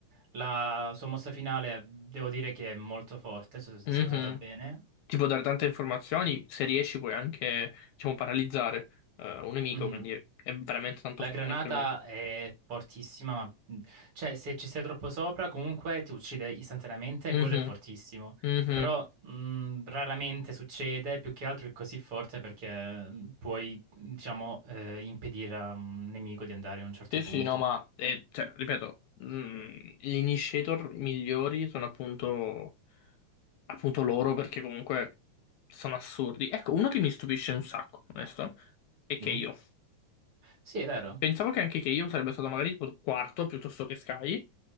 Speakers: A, on the right; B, on the left.
A: La sua mossa finale devo dire che è molto forte, se se
B: Mhm.
A: è usata bene.
B: Ti può dare tante informazioni, se riesci puoi anche, diciamo, paralizzare eh, un nemico,
A: Mhm.
B: quindi è, è veramente tanto
A: La
B: forte
A: granata
B: anche lui.
A: è fortissima, ma mh, cioè, se ci sei troppo sopra, comunque ti uccide istantaneamente,
B: Mhm,
A: quello è fortissimo.
B: mhm.
A: Però mh, raramente succede, più che altro è così forte perché mh, puoi, diciamo, eh, impedire a un nemico di andare a un certo
B: Sì,
A: punto.
B: sì, no, ma, eh, cioè, ripeto, mm, gli initiator migliori sono appunto, appunto loro perché comunque sono assurdi. Ecco, uno che mi stupisce un sacco, onesto, è Keio.
A: Mhm. Sì, è vero.
B: Pensavo che anche Keio sarebbe stato magari tipo quarto piuttosto che Sky.